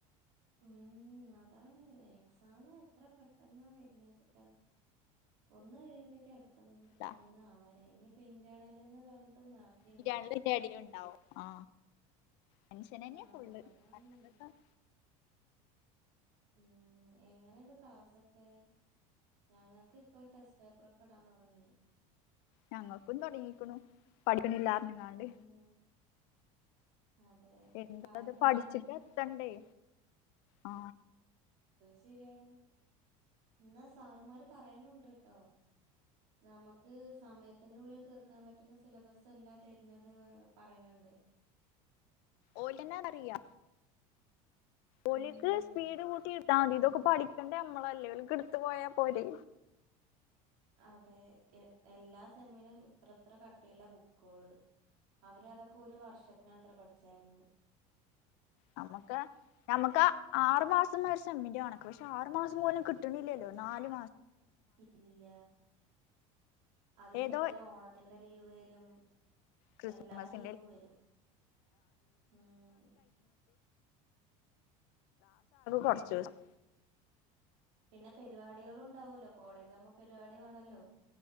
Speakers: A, on the right (about 80°); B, on the left (about 70°).
A: ഉം അതാണ് എക്സാം എത്ര പെട്ടെന്നാ വരുന്ന വെച്ചിട്ടാ ഒന്ന് കഴിയുമ്പഴക്കും അടുത്തത്
B: ദാ
A: ഒന്ന് ആവാരായി ഇനിപ്പ ഇന്റണല്ന്ന് പറഞ്ഞി ഇപ്പ നേർത്തിം
B: ഈ
A: വരും
B: രണ്ടിന്റെ ഇടയിൽ ഉണ്ടാവും ആ മനുഷ്യനന്നെയ
A: ആ
B: ഫുള്ള്
A: അതാണ്
B: <unintelligible>
A: ഉം എങ്ങനെണ്ട് ക്ലാസൊക്കെ ഞങ്ങള്ക്ക് ഇപ്പ ടെസ്റ്റ് പേപ്പറൊക്കെ ഇടാൻ തൊടങ്ങി
B: ഞങ്ങക്കും തുടങ്ങിക്ക്ണു പഠിക്ക്ണ് ല്ലാർഞ്ഞ്ക്കാണ്ട്
A: ഉം അതെ
B: എന്താത്
A: കാരണം
B: പഠിച്ചിട്ട്
A: സ
B: എത്തണ്ടേ ആ
A: ശെരിയാണ് എന്നാ സാറുമാര് പറയ് ണുണ്ട്ട്ടോ നമക്ക് സമയത്തിന്റെ ഉള്ളിൽ തീർക്കാൻ പറ്റുന്ന സിലബസ്സല്ല തെര് ന്നത് പറയിണ് ണ്ട് ണ്ട്
B: ഓലന്നാ അറിയ ഓലിക്ക്
A: ഉം
B: സ്പീഡ് കൂട്ടി ഇട്ത്താ മതി
A: അതാണ്
B: ഇതൊക്കെ പഠിക്കേണ്ടേ നമ്മളല്ലേ ക്ക എട്ത്ത് പോയാ പോലെ
A: അതെ എ എല്ലാ സെമ്മിനും ഇത്ര ത്ര കട്ടിയുള്ള ബുക്കൊള് അവര് അതൊക്കെ ഒരു വർഷത്തിനാത്രെ പഠിച്ചായിര്ന്ന്
B: നമുക്ക് നമുക്ക ആറ് മാസം ന്ന ഒരു സെമ്മിന്റെ കണക്ക് പക്ഷെ ആറ ട്ട്ണ്
A: ഇല്ല അതിന്റെ
B: ഏതോ
A: എടെൽ ഓണത്തിന്റെ ലീവ് വരും
B: ക്രിസ്മസ്
A: എല്ലാ ലീവും വരും ഉം
B: കുറച്ച്
A: അ
B: ദിവസം
A: ടിളുണ്ടാവുല്ലോ കോളേജ് ആവുമ്പോ പരിവാടി വാണല്ലോ